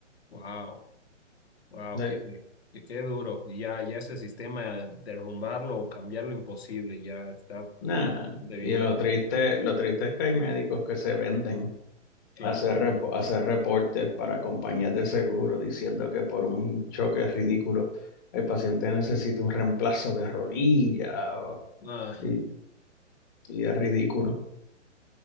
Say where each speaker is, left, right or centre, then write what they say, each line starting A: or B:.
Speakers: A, on the left; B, on the left.
A: Wow, wow,
B: De-
A: qué, qué, qué duro. Y Ya, ya ese sistema, derrumbarlo o cambiarlo, imposible, ya está
B: nah.
A: de bien
B: Y lo triste, lo triste es que hay médicos que se venden
A: claro.
B: a hacer, repo- a hacer reportes para compañías de seguro diciendo que por un choque ridículo el paciente necesita un reemplazo de rodilla o-
A: Ah.
B: y, y es ridículo.